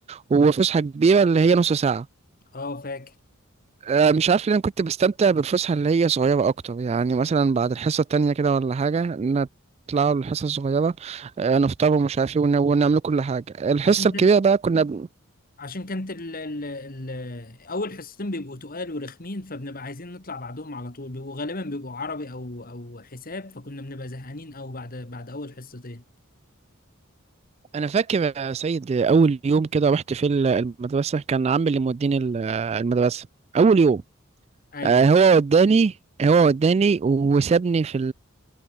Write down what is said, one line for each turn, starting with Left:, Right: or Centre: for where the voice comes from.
Right: وفسحه كبيره اللي هي نص ساعه
Left: اه فاكر
Right: آه، مش عارف ليه انا كنت بستمتع بالفسحه اللي هي صغيره اكتر يعني مثلا بعد الحصه التانية كده ولا حاجه نطلعوا الحصه الصغيره آه، نفطر ومش عارف ايه ون- ونعمل كل حاجه الحصه
Left: عشان
Right: الكبيره بقى كنا ب...
Left: عشان كانت ال ال ال اول حصتين بيبقوا تقال ورخمين فبنبقى عايزين نطلع بعدهم على طول بيبقوا غالبا بيبقوا عربي او او حساب فكنا بنبقى زهقانين او بعد بعد اول حصتين
Right: انا فاكر يا سيد آه، اول يوم كده رحت في ال- المدرسه كان عمي اللي موديني ال- آه، المدرسه اول يوم
Left: ايوه
Right: آه، هو وداني هو وداني وسابني في